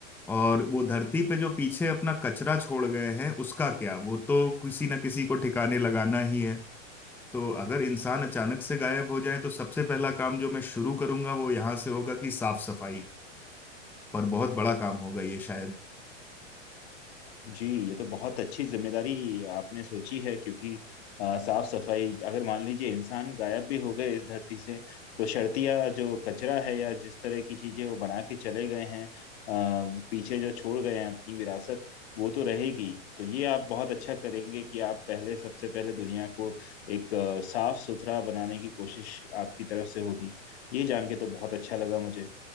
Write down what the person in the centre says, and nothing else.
और वो धरती पे जो पीछे अपना कचरा छोड़ गए हैं उसका क्या वो तो किसी ना किसी को ठिकाने लगाना ही है तो अगर इंसान अचानक से गायब हो जाए तो सबसे पहला काम जो मैं शुरू करूंगा वो यहाँ से होगा कि साफ सफाई पर बहुत बड़ा काम होगा ये शायद